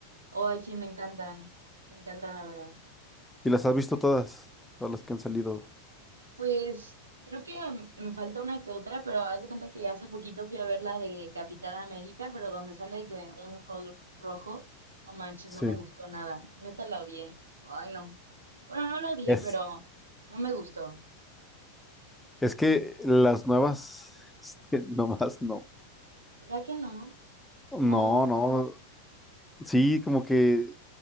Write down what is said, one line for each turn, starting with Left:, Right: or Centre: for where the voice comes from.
Right: Ay, sí, me encantan. Me encantan, la verdad.
Centre: ¿y las has visto todas? Todas las que han salido.
Right: Pues creo que mm, me falta una que otra, pero haz de cuenta que hace poquito fui a ver la de Capitán América, pero donde sale que un Hulk rojo. No manches,
Centre: Sí.
Right: no me gustó nada. Neta la odié. Ay, no. Bueno, no la odié,
Centre: Es.
Right: pero no me gustó.
Centre: Es que las nuevas, <laughs> este, nomás no.
Right: ¿Verdad que no?
Centre: No,
Right: No.
Centre: no. Sí, como que